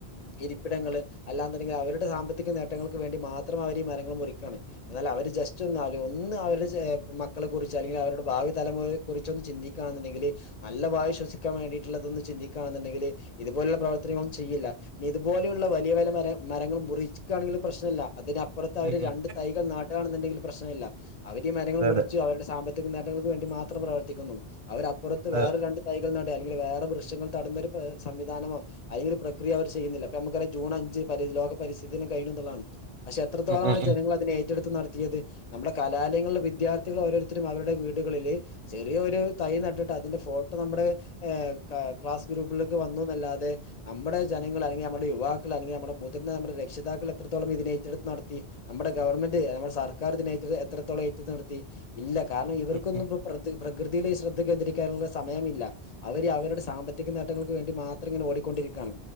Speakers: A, on the left (about 45°); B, on the right (about 55°).
A: ഇരിപ്പിടങ്ങള് അല്ലാന്നൊണ്ടെങ്കിൽ അവരുടെ സാമ്പത്തിക നേട്ടങ്ങൾക്ക് വേണ്ടി മാത്രം അവര് ഈ മരങ്ങൾ മുറിക്കുവാണ് എന്നാൽ അ വര് ജസ്റ്റ് എന്നാലും ഒന്ന് അവരെ ചേ മക്കളെ കുറിച്ച് അല്ലെങ്കില് അവരുടെ ഭാവി തലമുറയെ കുറിച്ചൊന്ന് ചിന്തിക്കയാണെന്നുണ്ടെങ്കില് നല്ല വായു ശ്വസിക്കാൻ വേണ്ടിയിട്ടുള്ളതെന്ന് ചിന്തിക്കുകാണെന്നുണ്ടങ്കില് ഇത് ഇതുപോലുള്ള പ്രവർത്തനങ്ങളും ചെയ്യില്ല ഇനി ഇതുപോലെയുള്ള വലിയ വലിയ മരങ്ങളും മുറിക്കുകാണെങ്കിലും പ്രശ്നല്ല അതിന പ്പുറത്ത് അവര്
B: ഉം ഉം
A: രണ്ട് തൈകൾ നടുകാണെന്നുണ്ടെങ്കില് പ്രശനമില്ല അവരീ മരങ്ങള്
B: അതെ
A: മുറിച്ചു
B: അതെ
A: അവരുടെ സാമ്പത്തിക നേ ട്ടങ്ങൾക്ക് വേണ്ടി മാത്രം പ്രവർത്തിക്കുന്നു അവരപ്പുറത്ത് വേറൊരു
B: അതെ
A: രണ്ട് തൈകൾ ന ടുന്നത് അല്ലെങ്കില് വേറെ വൃക്ഷങ്ങൾ നടുന്നൊരു സംവിധാനമോ അതിനൊരു പ്രക്രിയ അവർ ചെയ്യുന്നില്ല അപ്പോ നമ്മക്കറിയാം ജൂൺ അഞ്ച് പരി ലോക പരിസ്ഥിതി ദിനം കഴിഞ്ഞന്നൊള്ളാണ് ‌പക്ഷെ എത്രത്തോളമാണ്
B: ഉം ഉം ഉം
A: ജനങ്ങൾ അതിനെ ഏ റ്റെടുത്ത് നടത്തിയത് നമ്മുടെ കലാലയങ്ങളിലെ വിദ്യാർത്ഥികള് ഓരോരുത്തരും അവരുടെ വീ ട്കള്ല് ചെറിയാെരു തൈ നട്ട്ട്ട് അതിന്റെ ഫോട്ടൊ നമ്മ്ടെ ഏഹ് കാ ക്ലാസ്സ്‌ ഗ്രൂപ്പിലൊക്കെ വന്ന് ന്നൂന്നല്ലാതെ നമ്മടെ ജനങ്ങൾ അല്ലെങ്കി നമ്മടെ യുവാക്കൾ അല്ലെങ്കി നമ്മടെ മുതിർന്ന നമ്മടെ രക്ഷിതാക്കളെത്രത്തോളം ഇതിനേറ്റെട് ത്ത് നടത്തി നമ്മടെ ഗവർമെന്റ് നമ്മടെ സർക്കാറ് ഇതിനേറ്റ് ല്ലെ എത്രത്തോളം ഏറ്റത് നടത്തി ഇല്ല കാരണം ഇ
B: ഉം
A: ക്കുന്നുപ്പം
B: ഉം
A: പ്രതി പ്രകൃതിയില് ശ്രദ്ധ കേന്ദ്രീക്കാൻള്ള സമയമില്ല അവര് അവരുടെ സാമ്പത്തിക നേട്ടങ്ങൾക്ക് വേണ്ടി മാത്രങ്ങനെ ഓടിക്കൊണ്ടി രിക്കാണ്